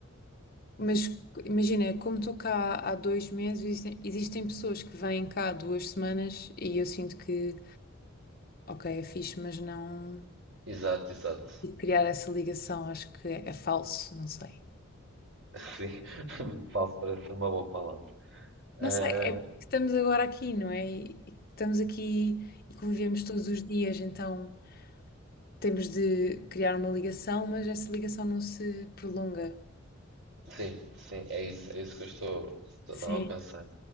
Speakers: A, on the left; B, on the right.
A: Mas imagina, como estou cá há dois meses, existem, existem pessoas que vêm cá há duas semanas e eu sinto que ok, é fixe, mas não.
B: Exato, exato.
A: E criar essa ligação, acho que é, é falso, não sei.
B: <laughs> Sim, <laughs> falso parece ser uma boa palavra. Ah,
A: Não sei, é porque estamos agora aqui, não é? E, e estamos aqui e convivemos todos os dias, então temos de criar uma ligação, mas essa ligação não se prolonga.
B: sim, sim, é isso, é isso que eu estou, estou
A: Sim.
B: estava a pensar.